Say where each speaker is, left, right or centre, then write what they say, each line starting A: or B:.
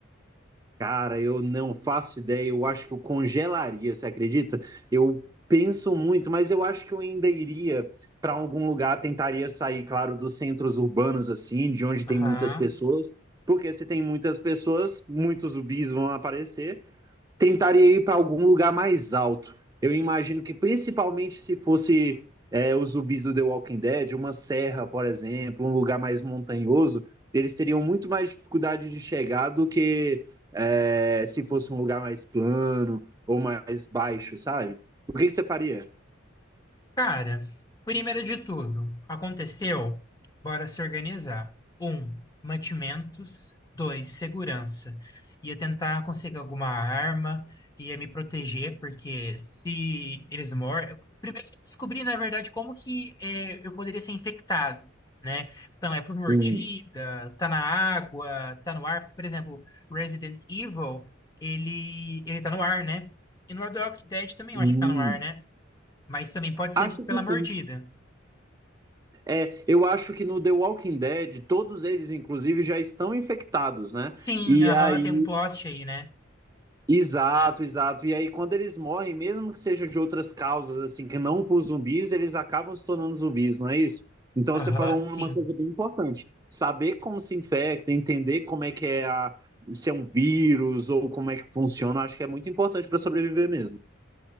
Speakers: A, on the right (about 20°); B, on the left (about 20°).
A: Cara, eu não faço ideia. Eu acho que eu congelaria, você acredita? Eu penso muito, mas eu acho que eu ainda iria para algum lugar, tentaria sair, claro, dos centros urbanos, assim, de onde
B: Aham.
A: tem muitas pessoas, porque se tem muitas pessoas, muitos zumbis vão aparecer, tentaria ir para algum lugar mais alto. Eu imagino que principalmente se fosse é, os zumbis do The Walking Dead, uma serra, por exemplo, um lugar mais montanhoso, eles teriam muito mais dificuldade de chegar do que é, se fosse um lugar mais plano ou mais baixo, sabe? O que, que você faria?
B: Cara, primeiro de tudo, aconteceu? Bora se organizar. Um, mantimentos. Dois, segurança. Ia tentar conseguir alguma arma, ia me proteger, porque se eles morrem. Primeiro, eu descobri, na verdade, como que eh, eu poderia ser infectado, né? Então, é por mordida,
A: Sim.
B: tá na água, tá no ar. Porque, por exemplo, Resident Evil, ele, ele tá no ar, né? E no Red Dead também
A: Hum.
B: eu acho que tá no ar, né? Mas também pode ser
A: Acho
B: pela
A: que sim.
B: mordida.
A: É, eu acho que no The Walking Dead, todos eles, inclusive, já estão infectados, né?
B: Sim,
A: E
B: aham,
A: aí
B: tem um plot aí, né?
A: Exato, exato. E aí, quando eles morrem, mesmo que seja de outras causas, assim, que não por zumbis, eles acabam se tornando zumbis, não é isso? Então,
B: Aham,
A: você falou
B: sim.
A: um, uma coisa bem importante: saber como se infecta, entender como é que é a, se é um vírus ou como é que funciona, acho que é muito importante para sobreviver mesmo.